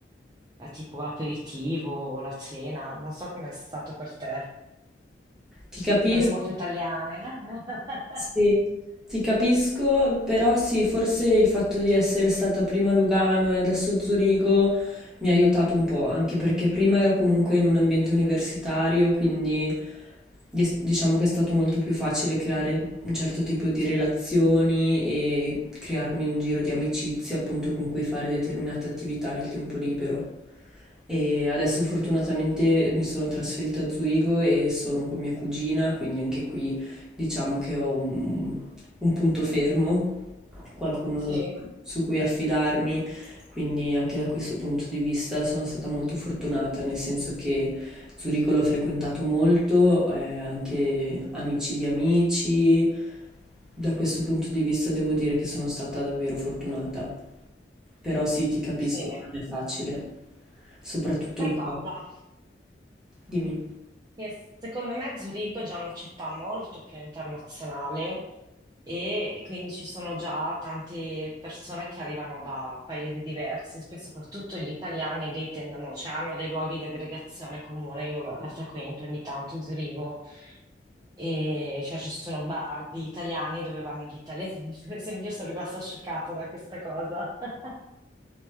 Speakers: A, on the right; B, in the centre.
A: eh, tipo l'aperitivo o la cena, non so com'è stato per te.
B: Ti capisco,
A: Cose molto italiane. eh? <laughs>
B: Sì, ti capisco, però sì, forse il fatto di essere stata prima a Lugano e adesso a Zurigo mi ha aiutato un po', anche perché prima ero comunque in un ambiente universitario, quindi dis- diciamo che è stato molto più facile creare un certo tipo di relazioni e crearmi un giro di amicizie appunto con cui fare determinate attività nel tempo libero. E adesso fortunatamente mi sono trasferita a Zurigo e sono con mia cugina, quindi anche qui Diciamo che ho un, un punto fermo, qualcuno
A: Sì,
B: su cui affidarmi, quindi anche da questo punto di vista sono stata molto fortunata, nel senso che Zurigo l'ho frequentato molto, eh, anche amici di amici. Da questo punto di vista devo dire che sono stata davvero fortunata. Però sì, ti capisco,
A: sì.
B: non è facile, soprattutto
A: Sai
B: un
A: cosa?
B: po'. Dimmi.
A: Che secondo me Zurigo è già una città molto più internazionale e quindi ci sono già tante persone che arrivano da paesi diversi, spe- soprattutto gli italiani lì tendono, cioè hanno dei luoghi di aggregazione comune, io lo- la frequento ogni tanto Zurigo E cioè ci sono bar di italiani dove vanno gli italiani, <laughs> per esempio, io sono rimasta scioccata da questa cosa. <laughs>